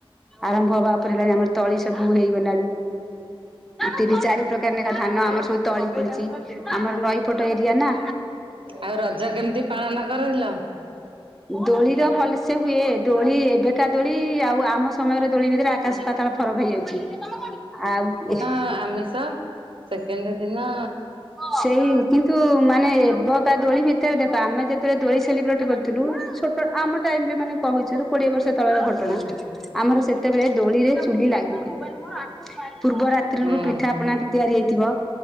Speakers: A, in the centre; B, on the right.
A: ଆରମ୍ଭ ହବା ଉପରେ ହେଲାଣି ଆମର ତଳି ସବୁ ହେଇଗଲାଣି। ତିନି ଚାରି ପ୍ରକାର ନେଖା ଧାନ ଆମର ସବୁ ତଳି ପଡିଛି ଆମର ନଈପଟ ଏରିଆ ନା
B: ଆଉ ରଜ କେମିତି ପାଳନ କରିଲ?
A: ଦୋଳିର ଭଲସେ ହୁଏ ଦୋଳି ଏବେକା ଦୋଳି ଆଉ ଆମ ସମୟର ଦୋଳି ଭିତରେ ଆକାଶ ପାତାଳ ଫରକ ହେଇଯାଉଛି ଆଉ
B: ଆ ଆମିଷ ସେକେଣ୍ଡ ଦିନ
A: ସେଇ କିନ୍ତୁ ମାନେ ଏବକା ଦୋଳି ଭିତରେ ଦେଖ ଆମେ ଯେତେବେଳେ ଦୋଳି ସେଲିବ୍ରେଟ କରିଛ ଥିଲୁ ଛୋଟ ଆମ ଟାଇମ୍ ରେ ମାନେ କହୁଛୁ କୋଡିଏ ବର୍ଷ ତଳର ଘଟଣା
B: ହୁଁ
A: ଆମର ସେ ସେତେବେଳେ ଦୋଳିରେ ଚୁଲି ଲାଗିବନି ପୂର୍ବ ରାତ୍ରିରୁ
B: ହୁଁ
A: ପିଠା ପଣା ତିଆରି ହେଇଥିବ।